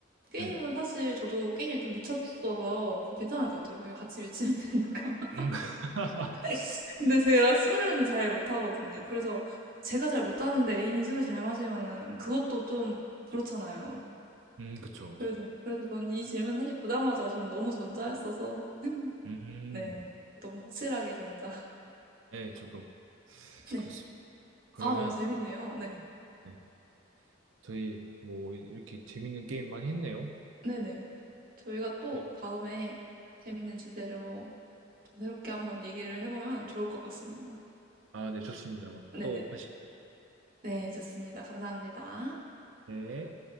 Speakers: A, on the right; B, on the right.
A: 게임은
B: 네.
A: 사실 저도 게임에 좀 미쳤어서 그거 괜찮을 것 같아요. 그냥 같이 미치면 되니까.
B: 음. <laughs>
A: <laughs> 근데 제가 술은 잘 못하거든요. 그래서 제가 잘 못하는데 애인이 술을 잘 마시면은 그것도 좀 그렇잖아요.
B: 음, 그쵸.
A: 그래서, 그래서 저는 이 질문 사실 보자마자 전 너무 전자했어서.
B: 음,
A: 네. 너무 확실하게 전자.
B: 네, 저도
A: <laughs> 네.
B: 그렇습니다. 그러면
A: 아, 너무 재밌네요. 네.
B: 네, 저희 뭐 이렇게 재밌는 게임 많이 했네요.
A: 네네. 저희가 또
B: 네.
A: 다음에 재밌는 주제로 좀 새롭게 한번 얘기를 해보면 좋을 것 같습니다.
B: 아, 네, 좋습니다. 그럼
A: 네네.
B: 또 하시죠.
A: 네, 좋습니다. 감사합니다.
B: 네.